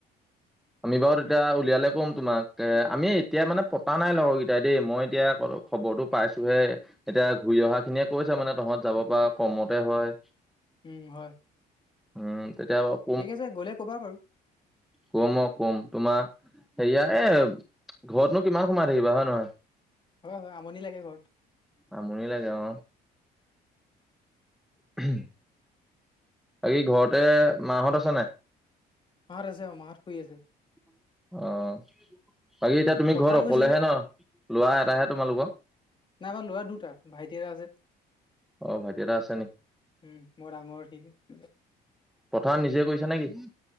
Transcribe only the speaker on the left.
উম হয়
ঠিক আছে গ'লে ক'বা বাৰু
হয় হয় আমনি লাগে ঘৰত
মাহত আছে, অ মাহত শুই আছে।
পথাৰ
গৈছিলে
নাই আমাৰ ল'ৰা দুটা ভাইটি এটা আছে
উম মই ডাঙৰ সি সৰু